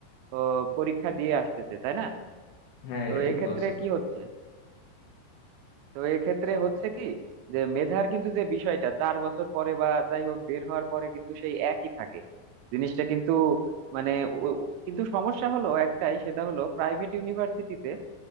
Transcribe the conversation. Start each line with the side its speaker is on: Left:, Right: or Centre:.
Right: ও, পরীক্ষা দিয়ে আসতেছে তাই না
Left: হ্যাঁ এটা
Right: তো
Left: ঠিক
Right: এক্ষেত্রে
Left: বলছো
Right: কি হচ্ছে তো এক্ষেত্রে হচ্ছে কি যে মেধার কিন্তু যে বিষয়টা চার বছর পরে বা যাই হোক বের হওয়ার পরে কিন্তু সেই একই থাকে জিনিসটা কিন্তু মানে ও- ও- কিন্তু সমস্যা হলো একটাই সেটা হলো প্রাইভেট ইউনিভার্সিটিতে